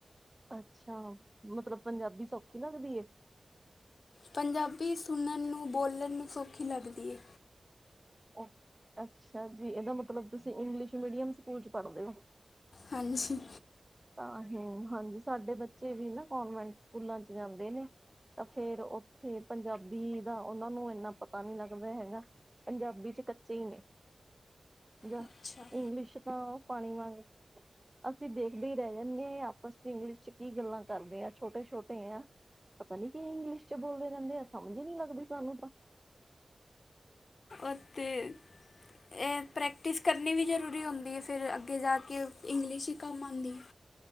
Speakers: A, on the right; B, on the left.
A: ਅੱਛਾ, ਮਤਲਬ ਪੰਜਾਬੀ ਸੌਖੀ ਲੱਗਦੀ ਏ।
B: ਪੰਜਾਬੀ ਸੁਨਨ ਨੂੰ, ਬੋਲਨ ਨੂੰ ਸੌਖੀ ਲੱਗਦੀ ਏ।
A: ਅ, ਅੱਛਾ ਜੀ ਏਦਾ ਮਤਲਬ ਤੁਸੀਂ ਇੰਗਲਿਸ਼ ਮੀਡੀਅਮ ਸਕੂਲ ਚ ਪੜਦੇ ਓਂ।
B: ਹਾਂਜੀ।
A: ਤਾਂਹੀ ਹਾਂਜੀ, ਸਾਡੇ ਬੱਚੇ ਵੀ ਨਾ, ਕਨਵੈਂਟ ਸਕੂਲਾਂ ਚ' ਜਾਂਦੇ ਨੇ। ਤਾਂ ਫੇਰ, ਉੱਥੇ ਪੰਜਾਬੀ ਦਾ ਉਹਨਾਂ ਨੂੰ ਇੰਨਾ ਪਤਾ ਨਹੀਂ ਲੱਗਦਾ ਹੈਗਾ। ਪੰਜਾਬੀ ਵਿਚ ਕੱਚੇ ਈ ਨੇ। ਜਾਂ,
B: ਅੱਛਾ
A: ਇੰਗਲਿਸ਼ ਤਾਂ ਪਾਣੀ ਵਾਂਗ, ਅਸੀਂ ਦੇਖ। ਦੇ ਰਹਿ ਜਾਂਦੇ ਆ ਆਪਸ 'ਚ, ਇੰਗਲਿਸ਼ 'ਚ ਕੀ ਗੱਲਾਂ ਕਰਦੇ ਆ, ਛੋਟੇ ਛੋਟੇ ਆ। ਪਤਾ ਨੀ ਕੀ ਇੰਗਲਿਸ਼ 'ਚ ਬੋਲਦੇ ਰਹਿੰਦੇ ਆ, ਸਮਝ ਹੀ ਨਹੀਂ ਲੱਗਦੀ ਸਾਨੂੰ ਤਾਂ।
B: ਅਤੇ। ਇਹ ਪ੍ਰੈਕਟਿਸ ਕਰਨੀ ਵੀ ਜ਼ਰੂਰੀ ਹੁੰਦੀ ਹੈ ਫਿਰ, ਅੱਗੇ ਜਾ ਕੇ ਇੰਗਲਿਸ਼ ਹੀ ਕੰਮ ਆਉਂਦੀ ਹੈ।